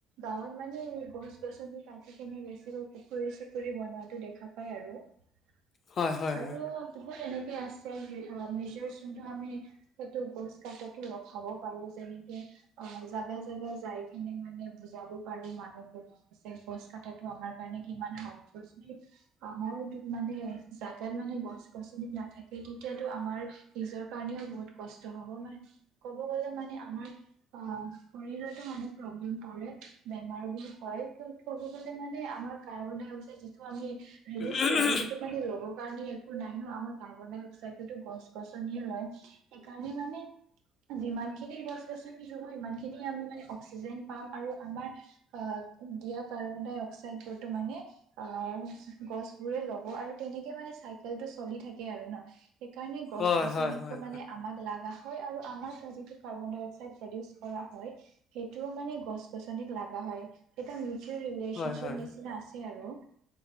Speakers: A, on the right; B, on the left.
A: গাঁৱত মানে গছ গছনি কাটি কিনে বেছিকৈ পুখুৰী চুখুৰী বনোৱাটো দেখা পায়। আৰু উ
B: হয় হয়
A: আৰু বহুত এনেক সেই আছে মেজৰ যোনটো আমি সেইটো গোছ কাততো ৰখাব পাৰো যেনেকে- অ জাগা জোগা যাই কিনে মানে বুজাব পাৰো মানুহ বোৰক যে কোচ কঠো আমাৰ কাৰণে কিমান আমাৰ মানে। জাগাত মানে গছ গছনি নাথাকে তেতিয়াতো আমাৰ নিজৰ কাৰণেও বহুত কষ্ট হ'ব মান। ক'ব গলে মানে আমাৰ অ শৰীৰতো মানে প্ৰব্লেম পৰে বেমাৰ বোৰ হয় ক মানে আমাৰ কাৰ যিটো আমি ৰিলজো
B: হয়
A: সেইটো মে ণে একো নাই ন আমাৰ কাৰ্বন ডাই অক্সাইডো গছ গছনিয়ে লয় সেইকাৰণে মানে। যিমান খিনি গছ গছনি হব সিমানখিনি আমি মানে অক্সিজেন পাম আৰু আমাৰ অ দিয়া কাৰ্বন ডাই অক্সাইড বোৰ‌ ত মানে অ গছ বোৰে ল'ব আৰু তেনেকে মানে চাইকেল টো চলি থাকে আৰু ন সেইকাৰণে গছ
B: হয়
A: গছনিকো
B: হয় হয়
A: মানে আমাক লা হয় আৰু আমাৰ পৰা যিটো কাৰ্বন ডাই অক্সাইড প্ৰডিউচ কৰা হয় সেইটোও মানে গছ গছনিক লাগা হয়। হয় এটা নিউট্ৰিএল ৰিলেচনশ্বিপ
B: হয় হয়
A: নিচিনা আছে আৰু